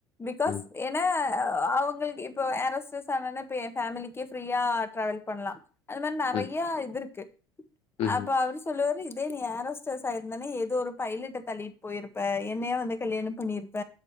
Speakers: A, on the left; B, on the left.
A: பிகாஸ்
B: ம்.
A: ஏன்னா ஆ அவங்களுக்கு இப்போ ஏர் ஹோஸ்டஸ் ஆன பே <unintelligible> ஃபேமிலிக்கே ஃப்ரீயா டிராவல் பண்ணலா அது மாரி நெறையா
B: ம்.
A: இது இருக் க
B: ம். ம்.
A: அப்ப அவரு சொல்லுவாரு இத் அதே நீ ஏரோஸ்டஸ் ஆயிருந்தானே ஏதோ ஒரு பைலட்ட தள்ளிட் போயிருப்ப என்னையா வந்து கல்யாணம் பண்ணிருப்ப